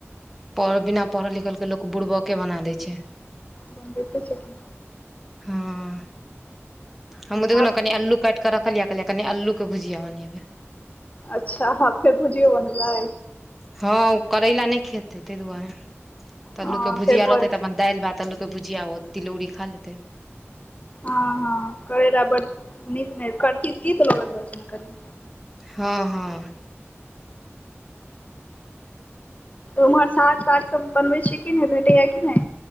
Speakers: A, in the centre; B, on the left.
A: पढ़ बिना पढ़ल-लिखल के लोक बुरबक के बना दै छै,
B: बनबैते छै कि
A: हां। हमु देखु
B: आब
A: ने कनि अल्लू काट कऽ रखलियै, कहलियै कनि अल्लू के भुजिया बनेबै।
B: अच्छा अहाँ फेर भुजियौ बनेबै।
A: हां उ करैला नै खेतै तै दुआरे त
B: हँ
A: अल्लू के भुजिया
B: से भऽ
A: रहतै
B: जाइ छै
A: तऽ अपन दाएल, भात, अल्लू के भुजिया ओ तिलौरी खा लेतै।
B: हां-हां करेला बड नीक नै कथी तीत लगैत रहै छै नै कनि।
A: हां-हां।
B: उम्हर साग-ताग सब बनबै छी कि नै भेटैया कि नै।